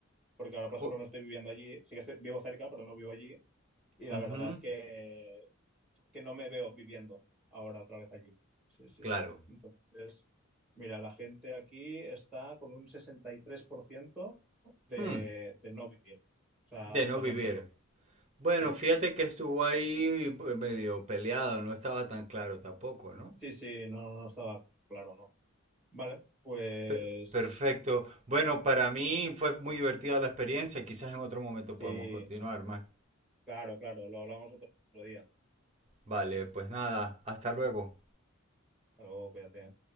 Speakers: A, in the centre; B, on the right.
A: Porque ahora, por ejemplo,
B: O-
A: no estoy viviendo allí. Sí que estoy, vivo cerca, pero no vivo allí. Y la
B: ujú,
A: verdad es que, que no me veo viviendo ahora otra vez allí. Sí, sí.
B: claro.
A: Entonces, mira, la gente aquí está con un 63% de,
B: Hmm,
A: de no vivir. O sea,
B: de
A: está
B: no vivir.
A: con nosotros.
B: Bueno,
A: Sí,
B: fíjate que estuvo ahí pues, medio peleado, no estaba tan claro tampoco, ¿no?
A: sí, sí, no, no estaba claro, no. Vale, pues
B: Pe- perfecto. Bueno, para mí fue muy divertida la experiencia, quizás en otro momento
A: sí,
B: podemos continuar más.
A: claro, claro, lo hablamos otro día.
B: Vale, pues nada, hasta luego.
A: Hasta luego, cuídate.